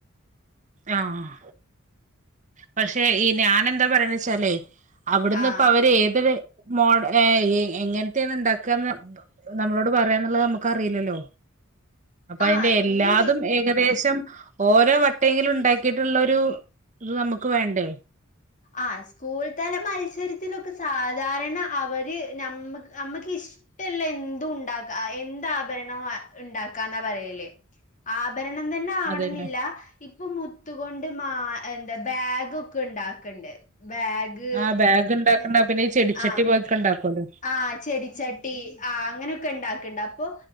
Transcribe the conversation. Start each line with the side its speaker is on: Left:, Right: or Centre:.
Right: ആഹ് പക്ഷെ ഈ ഞാനെന്താ പറയന്ന് വെച്ചാലേ അവിടുന്ന്പ്പവര്
Left: ആഹ്
Right: ഏത് വേ മോഡ് എ ഏ ഈ എങ്ങൻത്തെയാണ് ഉണ്ടാക്കാന്ന് നമ്മളോട് പറയാന്ന്ള്ളത് നമ്മക്കറീലല്ലോ അപ്പയ്ന്റെ
Left: ആഹ്
Right: എല്ലാതും
Left: ഈ
Right: ഏകദേശം ഓരോ വട്ടെങ്കിലും ണ്ടാക്കിട്ടുള്ളൊരു ഇത് നമ്മുക്ക് വേണ്ടേ
Left: ആ സ്കൂൾ തല മത്സരത്തിലൊക്കെ സാധാരണ അവര് നമ്മ നമ്മക്ക് ഇഷ് ട്ടിള്ളെ എന്തുണ്ടാക ആ എന്താഭരണം ഇണ്ടാക്കാന്നാ പറയല് ആ ഭരണം തന്നെ ആവണം
Right: അതന്നെ
Left: ന്നില്ല. ഇപ്പ മുത്തുകൊണ്ട് മാ എന്താ ബേഗ് ഒക്കെണ്ടാ ക്ക്ണ്ട് ബാഗ്
Right: ആഹ് ബാഗ് ഉണ്ടാക്കണ്ട്.
Left: പിന്നെന്താ
Right: പിന്നെ ഈ ചെടിച്ചട്ടി
Left: ആ
Right: പോലെക്കെ ഉണ്ടാക്കുല്ലോ.
Left: ആഹ് ചെടിച്ചട്ടി ആഹ് അങ്ങനൊക്കെണ്ടാക്ക്ണ്ടപ്പൊ